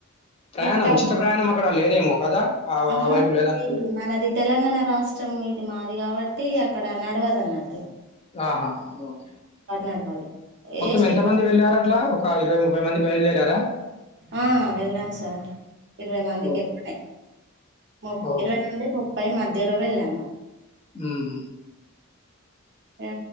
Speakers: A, on the left; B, on the right.
A: ప్రయాణం
B: ఇక్కడ
A: ఉచిత ప్రయాణం అక్కడ లేదేమో కదా! ఆ
B: ఆహా
A: ఆ వైపు లేదనుకుంటా.
B: ఇది మనది తెలంగాణ రాష్ట్రము ఇది మా అది కాబట్టి అక్కడ నడవదన్నట్టు.
A: ఆహా ఓకే
B: నడవది
A: మొత్తం
B: ఏ స్టేట్
A: ఎంత మంది వెళ్ళారట్లా ఒక ఇరవై ముప్పై మంది బయలుదేరా
B: ఆ వెళ్ళాం సార్ ఇరవై మందికి
A: ఓకే.
B: ఎక్కువనే ము
A: ఓకే.
B: ఇరవై నుండి ముప్పై మధ్యలో వెళ్ళాము.
A: మ్మ్ హ్మ్
B: ఆ